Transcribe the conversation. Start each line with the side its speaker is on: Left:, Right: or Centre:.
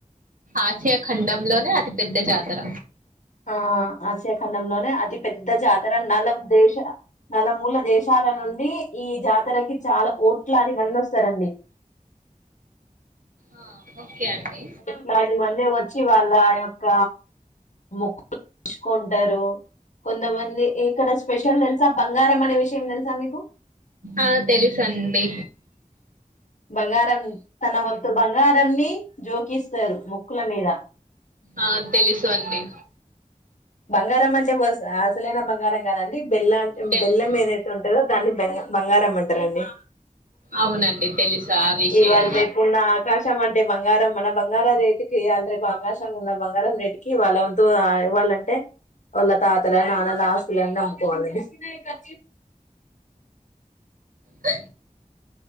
Right: ఆసియా ఖండం లో దే అతి పెద్ద జాతర
Left: ఆ ఆశయఖండంలోనే అతి పెద్ద జాతర నల దేశ నలమూల దేశాలు ాల నుండి ఈ జాతరకి చాలా కోట్లాది మంది వస్తారండి
Right: ఆ ఓకే అండి
Left: దనివన్న వచ్చి వాళ్ళ ఆ యొక్క ముకు చుకుంటారు కొంతమంది ఇక్కడ స్పెషల్ తెలుసా బంగారం అనే విషయం తెలుసా మీకు
Right: ఆ తెలుసండి
Left: బంగారం తన వంతు బంగారాన్ని జోకిస్తారు మొక్కుల మీద
Right: ఆ తెలుసు అండి
Left: బంగారం అంటే అసలైన బంగారం కాదండి బెల్లం
Right: తెలుసు
Left: బెల్లం ఏదైతే ఉంటుందో దాన్ని బంగారం అంటారండి
Right: అవునండి తెలుసు ఆ విషయం
Left: ఇవాళ రేపు ఉన్న ఆకాశ శం అంటే బంగారం మన బంగారం రేటు కి <unintelligible> అవకాశం ఉన్న బంగారం రేటు కి వాళ్ళ వంతు ఇవ్వాలంటే టే వాళ్ళ తాతల నాన్నల ఆస్తులన్నీ అమ్ముకోవాలండి ఆ
Right: ట